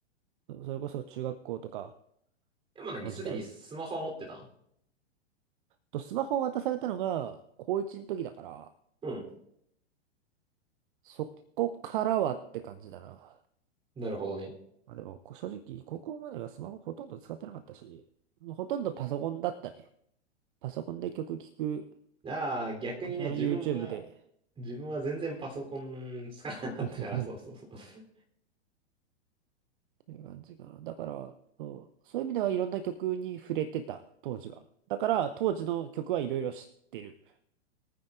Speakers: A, on the right (about 50°); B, on the right (about 15°).
A: そそれこそ中学校とか
B: でも何すでにスマホは持ってたの
A: の時代。と、スマホを渡されたのが高1の時だから、
B: うん。
A: そこからはって感じだな。
B: なるほどね。
A: まあでも、こ正直、高校まではスマホほとんど使ってなかったし、もうほとんどパソコンだったね。パソコンで曲聴く
B: ああ、逆にね、
A: 感じ YouTube
B: 自分は、
A: で。
B: 自分は全然パソコン使わなかったから、
A: <laughs> っ
B: そうそうそう。
A: ていう感じかな。だから、そう、そういう意味ではいろんな曲に触れてた、当時は。だから、当時の曲はいろいろ知ってる。